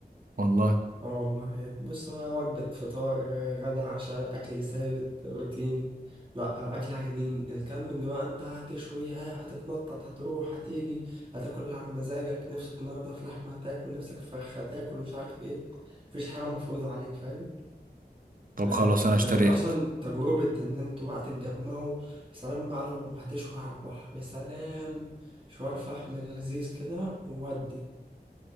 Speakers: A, on the right (about 55°); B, on the right (about 30°).
A: والله
B: اه والله يعني بص هو وجبة فطار غدا عشاء أكل ثابت روتيني لأ أكل عيانين الكامبينج بقى أنت هتشويها هتتنطط هتروح هتيجي هتاكل اللي على مزاجك نفسك النهاردة في لحمة هتاكل نفسك في فراخ هتاكل مش عارف إيه مفيش حاجة مفروضة عليك فاهم
A: طب
B: آه
A: خلاص انا
B: ده
A: اشتريت
B: غير أصلا تجربة إن أنتوا بقى تتجمعوا سلام بقى لو هتشوي على البحر يا سلام شوية الفحم اللذيذ كده وودي